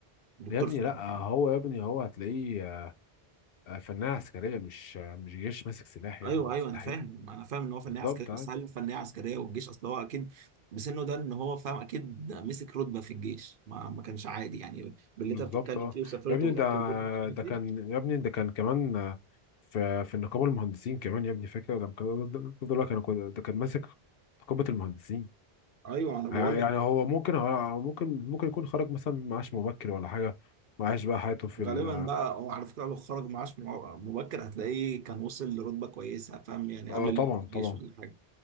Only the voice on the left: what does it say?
يا ابني
لا
هو يا ابني هو هتلاقيه آه، فنانة عسكرية مش آه، مش جيش ماسك سلاح يا
ابني
مستحيل
بالظبط
عادي
بالظبط
اه
يا ابني
ده
ده كان
يا ابني ده كان كمان آه، في في نقابة المهندسين كمان يا ابني فاكر لما كان ده كان كان- ده كان ماسك نقابة المهندسين
آه، يعني
هو ممكن هو ممكن ممكن يكون خرج مثلا معاش مبكر ولا حاجة معاش بقى حياته في
ال
اه
طبعا
طبعا